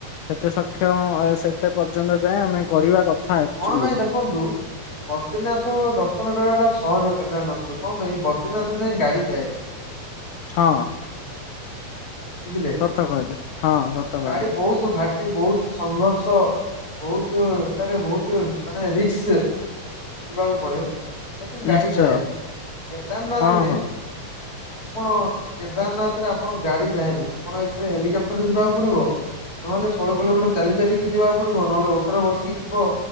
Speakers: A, on the left; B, on the left.
A: ସେତେ ସକ୍ଷମ ସେତେ ପର୍ଯ୍ୟନ୍ତ ଯାଏଁ ଆମେ କରିବା କଥା। ଆକ୍ଚୁଆଲି
B: କଣ ପାଇଁ ଦେଖନ୍ତୁ। ବଦ୍ରିନାଥ ଦର୍ଶନ କରିବା ଟା ସହଜ କେଦାରନାଥ ରୁ କଣ ପାଇଁ ବଦ୍ରିନାଥ ଯାଏଁ ଗାଡି ଯାଏ।
A: ହଁ
B: ବୁଝିଲେ
A: ସତ କହିଲେ ହଁ ସତ କହିଲେ
B: ଗାଡ଼ି ବହୁତ ଘାଟ ବହୁତ ସଂଘର୍ଷ ବହୁତ ଏଠାରେ ବହୁତ ମାନେ ରିକ୍ସ। ଯିବାକୁ ପଡ଼େ କିନ୍ତୁ ଗାଡ଼ି
A: ନିଶ୍ଚୟ
B: ଯାଏ କେଦାରନାଥରେ
A: ହଁ ହଁ
B: ଆପଣ କେଦାରନାଥରେ ଆପଣ ଗାଡ଼ି ଯାଏନି ଆପଣ ଏଥିରେ ହେଲିକାପ୍ଟର୍ ଯିବାକୁ ପଡ଼ିବ। ନହେଲେ ଷୋହଳ କିଲୋମିଟର ଚାଲି ଚାଲିକି ଯିବାକୁ ପଡ଼ିବ ନହେଲେ ଓଟୋରେ ବସିକି ଯିବ।